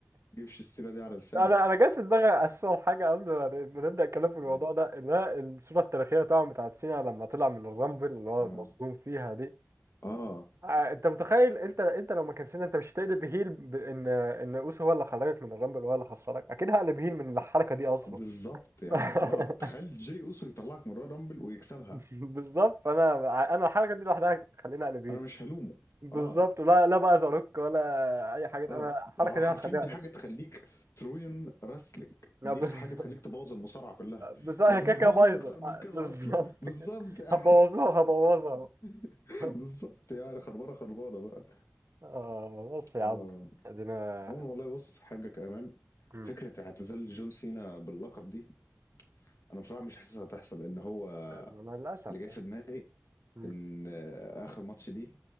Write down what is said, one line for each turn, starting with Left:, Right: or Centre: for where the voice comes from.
Left: جيبش السيرة دي على لسانك
Right: انا انا جات في دماغي اساسا حاجه قبل ما ما نبدا الكلام في الموضوع
Left: إيه؟
Right: ده اللي هي الصوره التاريخيه طبعا بتاعت سينا لما طلع من الرامبل اللي هو
Left: اه
Right: مصدوم فيها دي
Left: اه
Right: آه، انت متخيل انت انت لو ما كان سينا انت مش هتقلب هيل ب... ان ان اوسو هو اللي خرجك من الرامبل وهو اللي خسرك اكيد هقلب هيل من الحركه دي اصلا
Left: بالظبط يعني
Right: <laughs>
Left: اه تخيل جي اوسو يطلعك من رامبل ويكسبها
Right: بالظبط فانا انا الحركه دي لوحدها تخليني اقلب هيل
Left: انا مش هلومه
Right: بالظبط
Left: اه
Right: لا لا بقى زاروك ولا اي حاجه
Left: اه
Right: انا الحركه
Left: هو حرفيا
Right: دي هتخليني
Left: دي
Right: اقلب
Left: حاجه
Right: هيل
Left: تخليك تروين راسلينج
Right: لا
Left: دي
Right: بالظبط
Left: حاجه تخليك تبوظ المصارعه كلها
Right: بالظبط
Left: لانها
Right: هي كده
Left: هتبوظ
Right: كده بايظه
Left: ايه اكتر من
Right: آه،
Left: كده
Right: بالظبط
Left: اصلا بالظبط
Right: كده
Left: يعني
Right: هبوظوها وهبوظها
Left: <laughs>
Right: <laughs>
Left: بالظبط يعني خربانه خربانه بقى
Right: آه بص يا عم
Left: اه
Right: ادينا
Left: عموما والله بص حاجه كمان
Right: مم.
Left: فكره اعتزال جون سينا باللقب دي انا بصراحه مش حاسسها هتحصل لان هو
Right: انا للاسف
Left: اللي جاي في دماغي
Right: آه.
Left: ان اخر ماتش دي